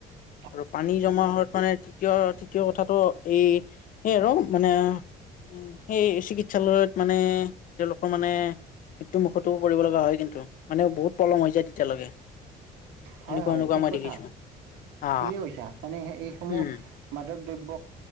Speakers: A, on the right; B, on the left.
A: উ
B: আৰু পানী, জমা হাত মানে তৃতীয় তৃতীয় কথাটো এই এই আৰু মানে উ সেই চিকিৎসালয়ত মানে তেওঁলোকৰ মানে। মৃত্যু মুখতো পৰিব লগা হয় কিন্তু মানে বহুত পলম হৈ যায় তেতিয়ালৈকে।
A: হয়
B: এনেকুৱা
A: হয়
B: এনেকুৱা
A: ঠিক
B: মই
A: কথা
B: দেখিছো অ
A: ঠিকেই কৈছা। মানে এইসমূহ
B: উম
A: মাদক দ্ৰব্য